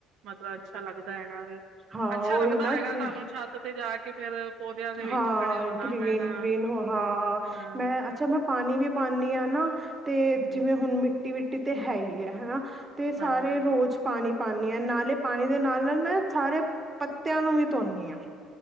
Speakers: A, on the right; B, on the right.
A: ਮਤਲਬ ਅੱਛਾ ਲੱਗਦਾ ਹੈਗਾ ਵੇ,
B: ਹਾਂ
A: ਅੱਛਾ
B: ਉਹੀ
A: ਲੱਗਦਾ
B: ਨਾ
A: ਹੋਏਗਾ
B: ਕਿ
A: ਤੁਹਾਨੂੰ ਛੱਤ ਤੇ ਜਾ ਕੇ ਫੇਰ? ਪੌਦਿਆਂ ਦੇ ਵਿੱਚ
B: ਹਾਂ
A: ਖੜੇ ਹੋਣਾ
B: ਗ੍ਰੀਨ-ਗ੍ਰੀਨ
A: ਬਹਿਣਾ
B: ਹੋਰ ਹਾਂ,
A: ਹਾਂ
B: ਮੈਂ ਅੱਛਾ ਮੈਂ ਪਾਣੀ ਵੀ ਪਾਨੀ ਆ ਨਾ ਤੇ,
A: ਹਮ
B: ਜਿਵੇਂ ਹੁਣ ਮਿੱਟੀ-ਵਿੱਟੀ ਤੇ ਹੈ ਈ ਐ ਹਨਾ? ਤੇ ਸਾਰੇ
A: ਹਾਂਜੀ
B: ਰੋਜ਼ ਪਾਣੀ ਪਾਨੀ ਆ, ਨਾਲੇ ਪਾਣੀ ਦੇ ਨਾਲ-ਨਾਲ ਮੈਂ ਸਾਰੇ ਪੱਤਿਆਂ ਨੂੰ ਵੀ ਧੋਂਨੀ ਆ।